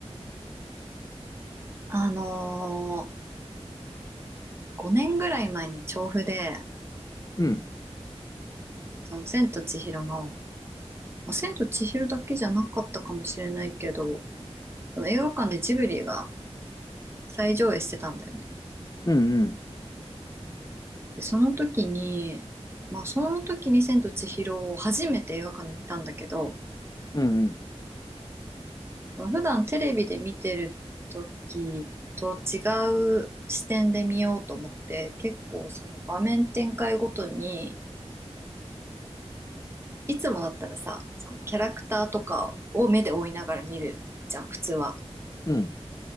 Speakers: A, on the right; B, on the left.
A: あのー、5年ぐらい前に調布で、
B: うん、
A: その千と千尋の、まあ、千と千尋だけじゃなかったかもしれないけど、その映画館でジブリが再上映してたんだよね。
B: うん、うん、
A: で、その時に、まあその時に千と千尋を初めて映画館で見たんだけど、
B: うん、うん、
A: 普段テレビで見てる時と違う視点で見ようと思って結構その場面展開ごとにいつもだったらさそのキャラクターとかを目で追いながら見るじゃん普通は。
B: うん、